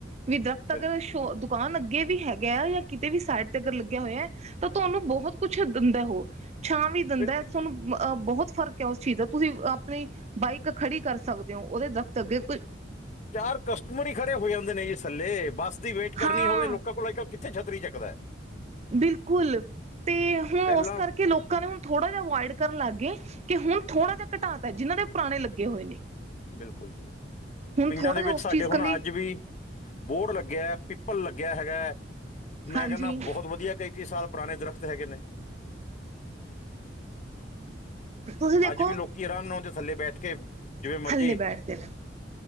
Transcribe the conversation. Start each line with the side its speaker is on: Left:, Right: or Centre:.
Right: ਵੀ ਦਰਖ਼ਤ
Left: ਬਿਲਕੁਲ
Right: ਅਗਰ ਸ਼ੋ
Left: ਜੀ,
Right: ਦੁਕਾਨ
Left: ਬਿਲਕੁਲ
Right: ਅੱਗੇ ਵੀ ਹੈਗਾ ਯਾ ਕਿਤੇ ਵੀ ਸਾਈਡ ਤੇ ਅਗਰ ਲੱਗਿਆਂ ਹੋਇਆਂ ਤਾਂ ਤੁਹਾਨੂੰ ਬਹੁਤ ਕੁਛ ਦਿੰਦਾ ਉਹ ਛਾਂ ਵੀ ਦਿੰਦਾ
Left: ਬਿਲਕੁਲ ਜੀ
Right: ਸਾਨੂੰ ਮਅ ਬਹੁਤ ਫ਼ਰਕ ਐ ਉਸ ਚੀਜ਼ ਦਾ, ਤੁਸੀਂ ਆਪਣੀ ਬਾਈਕ ਖੜ੍ਹੀ ਕਰ ਸਕਦੇ ਓ ਉਹਦੇ ਦਰਖ਼ਤ ਅੱਗੇ ਕ
Left: ਚਾਰ ਕਸਟਮਰ ਈ ਖੜ੍ਹੇ ਹੋ ਜਾਂਦੇ ਨੇ ਜੀ ਥੱਲੇ, ਬੱਸ ਦੀ ਵੇਟ ਕਰਨੀ
Right: ਹਾਂ
Left: ਹੋਵੇ ਲੋਕਾਂ ਕੋਲ ਕ ਕਿੱਥੇ ਛੱਤਰੀ ਚੱਕਦਾ ਐ।
Right: ਬਿਲਕੁਲ ਤੇ ਹੁਣ
Left: ਪਹਿਲਾਂ
Right: ਉਸ ਕਰਕੇ ਲੋਕਾਂ ਨੂੰ ਥੋੜ੍ਹਾ ਜਿਹਾ ਅਵੋਇਡ ਕਰਨ ਲੱਗ ਗੇ। ਕਿ ਹੁਣ ਥੋੜਾ ਜਾ ਘਟਾ ਤਾ ਜਿਹਨਾਂ ਦੇ ਪੁਰਾਣੇ ਲੱਗੇ ਹੋਏ ਨੇ
Left: ਬਿਲਕੁਲ ਜੀ।
Right: ਹੁਣ
Left: ਪਿੰਡਾਂ
Right: ਥੋੜ੍ਹਾ
Left: ਦੇ
Right: ਜਿਹਾ
Left: ਵਿੱਚ
Right: ਉਸ
Left: ਸਾਡੇ
Right: ਚੀਜ਼
Left: ਹੁਣ
Right: ਕੰਨੀ
Left: ਅੱਜ ਵੀ ਬੋਹੜ ਲੱਗਿਆ ਪਿੱਪਲ ਲੱਗਿਆ ਹੈਗਾ। ਮੈਂ
Right: ਹਾਂਜੀ
Left: ਕਹਿੰਨਾ ਬਹੁਤ ਵਧੀਆ ਕਈ-ਕਈ ਸਾਲ ਪੁਰਾਣੇ ਦਰੱਖ਼ਤ ਹੈਗੇ ਨੇ
Right: ਤੁਸੀਂ ਦੇਖੋ
Left: ਅੱਜ ਵੀ ਲੋਕੀ ਆਰਾਮ ਨਾਲ ਉਹਦੇ ਥੱਲੇ ਬੈਠ ਕੇ ਜਿਵੇਂ ਮਰਜ਼ੀ
Right: ਥੱਲੇ ਬੈਠ ਦੇਣ